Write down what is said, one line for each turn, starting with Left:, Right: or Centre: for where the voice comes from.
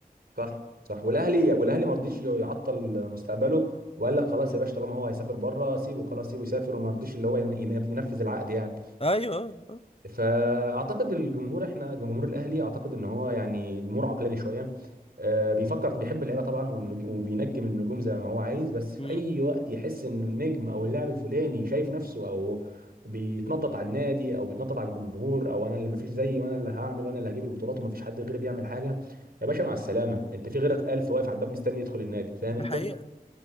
Right: صح صح والاهلي والاهلي ما رضيش يعطل مستقبله وقال لك خلاص يا باشا طالما هو هيسافر بره سيبه خلاص سيبه يسافر وما رضيش اللي هو ين- ينفذ العقد يعني
Left: ايوه آه، آه.
Right: فاعتقد الجمهور احنا جمهور الاهلي اعتقد ان هو يعني جمهور عقلاني شويه آه، بيفكر بيحب اللعيبه طبعا والنجو- وبينجم النجوم زي ما هو عايز بس في
Left: مم.
Right: اي وقت يحس ان النجم او اللاعب الفلاني شايف نفسه او بيتنطط على النادي او بيتنطط على الجمهور او انا اللي مفيش زيي وانا اللي هعمل وانا اللي هجيب البطولات ومفيش حد غيري بيعمل حاجه يا باشا مع السلامه انت في غيرك الف واقف على الباب مستني يدخل النادي فاهم
Left: ده
Right: انت
Left: حقيقه